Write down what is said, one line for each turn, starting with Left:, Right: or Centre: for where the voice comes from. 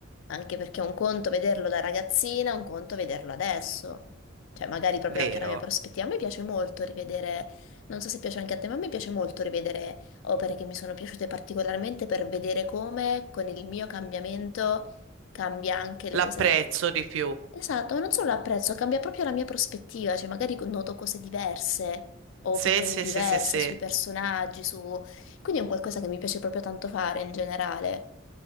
Left: anche perché è un conto vederlo da ragazzina, un conto vederlo adesso. Cioè, magari proprio
Right: vero?
Left: anche la mia prospettiva. A me piace molto rivedere, non so se piace anche a te, ma a me piace molto rivedere opere che mi sono piaciute particolarmente per vedere come con il mio cambiamento cambia anche le
Right: L'apprezzo
Left: cose.
Right: di più.
Left: Esatto, ma non solo l'apprezzo, cambia proprio la mia prospettiva, cioè magari noto cose diverse, ho
Right: Sì,
Left: opinioni
Right: sì,
Left: diverse
Right: sì, sì, sì.
Left: sui personaggi, su quindi è un qualcosa che mi piace proprio tanto fare in generale.